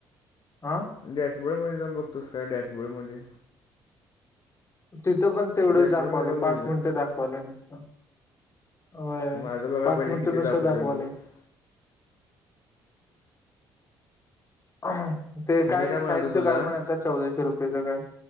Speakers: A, on the left; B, on the left.
A: हं.
B: डॅशबोर्ड मध्ये जाऊन बघतोस का डॅशबोर्ड मध्ये.
A: तिथं पण तेवढंच
B: डॅशबोर्डमध्ये
A: दाखवालं
B: जाऊन
A: पाच
B: बघितलंस
A: मिनिटं
B: का
A: दाखवाले नुसता. होय
B: माझं बघायला
A: पाच
B: पाहिजे
A: मिनिट
B: किती
A: नुसत
B: दाखवते
A: दाखवालय.
B: मग
A: हम ते काय
B: मी म्हणालतो
A: सायन्सच
B: तुला
A: काय म्हणालतास? चौदाशे रुपयेच काय